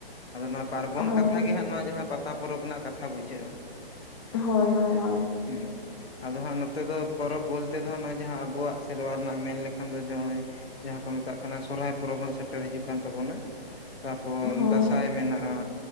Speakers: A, on the left; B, on the left.
A: ᱟᱫᱚ ᱱᱚᱣᱟ ᱯᱟᱨᱵᱚᱱ
B: ᱦᱳᱭ
A: ᱠᱟᱛᱷᱟ ᱜᱮ ᱦᱟᱸᱜ ᱱᱚᱣᱟ ᱡᱟᱦᱟᱸ ᱯᱟᱛᱟ ᱯᱚᱨᱚᱵᱽ ᱨᱮᱱᱟᱜ ᱠᱟᱛᱷᱟ ᱵᱩᱡᱷᱟᱹᱜ-ᱟ᱾
B: ᱦᱚᱭ ᱦᱚᱭ ᱦᱚᱭ ᱾
A: ᱦᱩᱸ ᱾ ᱟᱫᱚ ᱦᱟᱸᱜ ᱱᱚᱛᱮ ᱫᱚ ᱯᱚᱨᱚᱵᱽ ᱵᱚᱞᱛᱮ ᱫᱚ ᱦᱟᱸᱜ ᱱᱚᱜ-ᱚᱭ ᱡᱟᱦᱟᱸ ᱟᱵᱚᱣᱟᱜ ᱥᱮᱨᱣᱟ ᱨᱮᱱᱟᱜ ᱢᱮᱱ ᱞᱮᱠᱷᱟᱱ ᱫᱚ ᱡᱮ ᱦᱚᱸᱜ-ᱚᱭ ᱾ ᱡᱟᱦᱟᱸ ᱠᱚ ᱢᱮᱛᱟᱜ ᱠᱟᱱᱟ ᱥᱚᱨᱦᱟᱭ ᱯᱚᱨᱚᱵᱽ ᱦᱟᱸᱜ ᱥᱮᱴᱮᱨ ᱦᱤᱡᱩᱜ ᱠᱟᱱ ᱛᱟᱵᱚᱱᱟ᱾ ᱛᱟᱯᱚᱨ
B: ᱦᱳᱭ
A: ᱫᱟᱸᱥᱟᱭ ᱢᱮᱱᱟᱜ-ᱟ